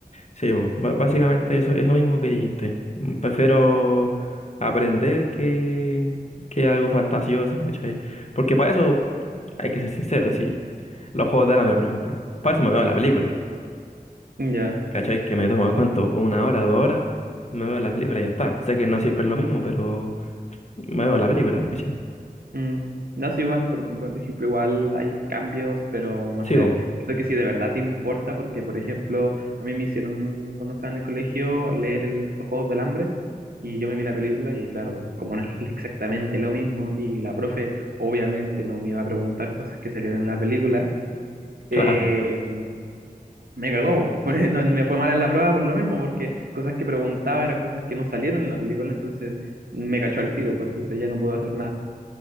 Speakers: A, on the left; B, on the right.
A: Sí, bo, ba- básicamente eso, eso mismo que dijiste. Mm, Prefiero aprender que, que algo fantasioso, ¿cachai? Porque para eso hay que ser sincero, si los juegos del hambre, por ejemplo. Para eso me veo la película,
B: Ya.
A: ¿cachai? Que me toma cuánto, una hora, dos horas, me veo la película y ya está. Sé que no siempre es lo mismo, pero me veo la película, ¿cachai?
B: Mm, No sé, igual, por, por ejemplo, igual hay cambios, pero no
A: Sí,
B: sé,
A: bo,
B: siento que si de verdad te importa, porque, por ejemplo, a mí me hicieron cuando estaba en el colegio leer el, Los Juegos del Hambre y yo me vi la película y claro, como no es exactamente lo mismo y la profe obviamente no me iba a preguntar cosas que salieran en la película,
A: claro,
B: eh, me cagó, <laughs> pues, no, me fue mal en la prueba por lo mismo, porque cosas que preguntaba eran cosas que no salieron en la película, entonces me cachó al tiro, pues entonces ya no puedo hacer nada.